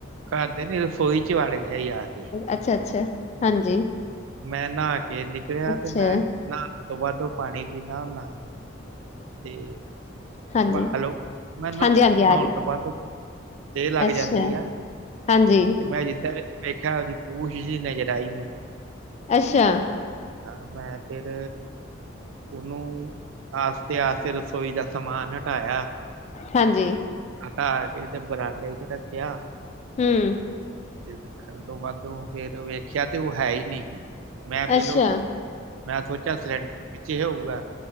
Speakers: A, on the right; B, on the left.
A: ਘਰ ਦੇ ਨੀ ਰਸੋਈ ਚ ਵੜ ਗਿਆ ਆ ਕੇ।
B: ਅੱਛਾ ਅੱਛਾ ਹਾਂਜੀ।
A: ਮੈਂ ਨਹਾ ਕੇ ਨਿਕਲਿਆ
B: ਅੱਛਾ,
A: ਤੇ ਮੈਂ ਨਹਾਣ ਤੋਂ ਬਾਅਦ ਉਹ ਪਾਣੀ ਪੀਂਦਾ ਹੁੰਦਾ। ਤੇ
B: ਹਾਂਜੀ,
A: ਹੈਲੋ ਮੈਂ ਨਹੀਂ
B: ਹਾਂਜੀ-ਹਾਂਜੀ
A: ਨਹਾਉਣ
B: ਆ ਰਹੀ,
A: ਤੋਂ ਬਾਅਦ ਤੇ ਲੱਗ
B: ਅੱਛਾ,
A: ਜਾਂਦੀ ਆ
B: ਹਾਂਜੀ,
A: ਤੇ ਮੈਂ ਜਿੱਦਾਂ ਵੇਖਿਆ ਉਹਦੀ ਪੂਛ ਜੀ ਨਜ਼ਰ ਆਈ ਮੈਨੂੰ।
B: ਅੱਛਾ।
A: ਹਾਂ ਮੈਂ ਫਿਰ ਉਹਨੂੰ ਆਸਤੇ ਆਸਤੇ ਰਸੋਈ ਦਾ ਸਮਾਨ ਹਟਾਇਆ।
B: ਹਾਂਜੀ।
A: ਹਟਾ ਕੇ ਤੇ ਬਰਾਂਡੇ ਚ ਰੱਖਿਆ।
B: ਹਮ।
A: ਤੇ ਦੇਖਣ ਤੋਂ ਬਾੱਧ ਫੇਰ ਵੇਖਿਆ ਤੇ ਉਹ ਹੈ ਹੀ ਨਹੀਂ ਸੀ। ਮੈਂ ਪੀਲੋ
B: ਅੱਛਾ,
A: ਮੈਂ ਸੋਚਿਆ ਸਿਲੰਡਰ ਪਿੱਛੇ ਹੋਊਗਾ